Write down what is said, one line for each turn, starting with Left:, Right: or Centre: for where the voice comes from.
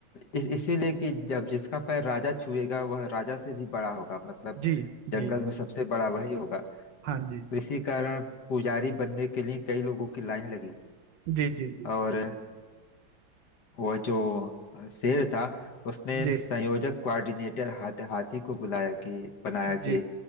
Left: इस इसीलिए कि जब जिसका पैर राजा छुएगा वह राजा से भी बड़ा होगा मतलब
Right: जी
Left: जंगल
Right: जी
Left: में सबसे बड़ा वही होगा
Right: हाँ जी
Left: तो इसी कारण पुजारी बनने के लिए कई लोगों की लाइन लगी
Right: जी जी जी
Left: और वो जो शेर था उसने
Right: जी
Left: संयोजक कोऑर्डिनेटर हाथ, हाथी को बुलाया कि बनाया
Right: जी
Left: कि